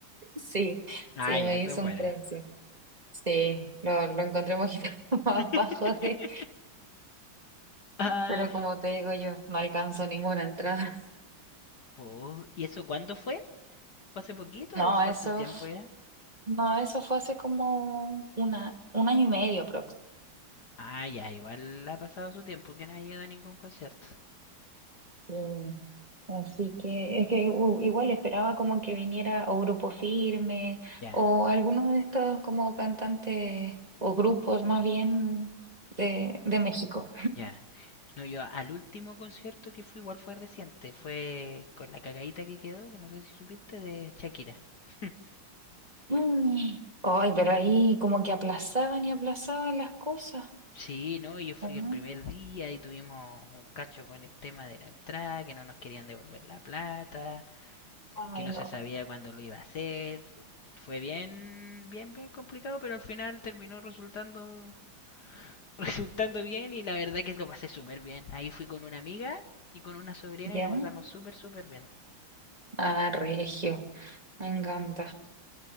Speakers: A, on the right; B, on the left.
A: Sí,
B: Ah,
A: sí,
B: ya,
A: me
B: eso
A: hizo
B: es buena.
A: un precio. Sí, lo, lo encontré un poquito <laughs> más
B: <laughs>
A: bajo de,
B: Ah,
A: pero como te digo yo, no alcanzo ninguna entrada.
B: pues, ¿y eso cuándo fue? ¿Fue hace poquito
A: No,
B: o fue
A: eso,
B: hace un tiempo
A: f-
B: ya?
A: no, eso fue hace como una, un año y medio aprox.
B: Ah, ya, igual ha pasado su tiempo que no ha ido a ningún concierto.
A: Mm, Así que es que u- igual esperaba como que viniera o Grupo Firme
B: Ya,
A: o alguno de estos como cantantes o grupos más bien de, de México.
B: ya. No, yo al último concierto que fui igual fue reciente, fue con la cagadita que quedó, que no sé si supiste, de Shakira. <laughs>
A: Mm. Ay, pero ahí como que aplazaban y aplazaban las cosas,
B: Sí, no, yo fui
A: ¿o no?
B: el primer día y tuvimos un cacho con el tema de la entrada, que no nos querían devolver la plata,
A: Ay,
B: que no
A: no.
B: se sabía cuándo lo iba a hacer. Fue bien, bien, bien complicado, pero al final terminó resultando, <laughs> resultando bien y la verdad que lo pasé súper bien. Ahí fui con una amiga y con una sobrina
A: ¿Ya?
B: y lo pasamos súper, súper bien.
A: Ah, Regio, me encanta.